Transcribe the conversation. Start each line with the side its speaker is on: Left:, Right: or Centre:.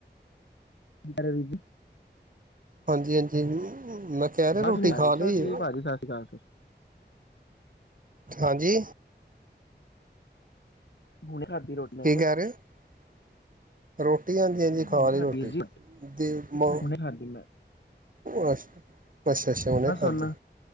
Left: ਕਰ ਵੀ।
Right: ਹਾਂਜੀ ਹਾਂਜੀ ਮੈਂ ਕਹਿ
Left: ਆਵਾਜ਼
Right: ਰਿਹਾ ਰੋਟੀ
Left: ਨਹੀਂ ਆ
Right: ਖਾ
Left: ਰਹੀ ਚਲੋ
Right: ਲਈ।
Left: ਠੀਕ ਭਾਜੀ ਸਤਿ ਸ਼੍ਰੀ ਅਕਾਲ ਫਿਰ
Right: ਹਾਂਜੀ
Left: ਹੁਣੇ ਖਾਧੀ ਰੋਟੀ ਮੈਂ
Right: ਕੀ
Left: ਕਿਹਾ
Right: ਕਹਿ ਰਹੇ ਹੋ ਰੋਟੀ ਹਾਂਜੀ ਹਾਂਜੀ
Left: ਮੈਂ
Right: ਖਾ
Left: ਹੁਣੇ
Right: ਲਈ
Left: ਖਾਦੀ
Right: ਰੋਟੀ
Left: ਵੀਰ ਜੀ
Right: ਦੀ ਮ
Left: ਹੁਣੇ ਖਾਦੀ ਮੈਂ
Right: ਉਹ ਅਛਾ ਅੱਛਾ ਅੱਛਾ ਉਣੇ
Left: ਬਸ
Right: ਖਾਧੀ
Left: ਹੁਣ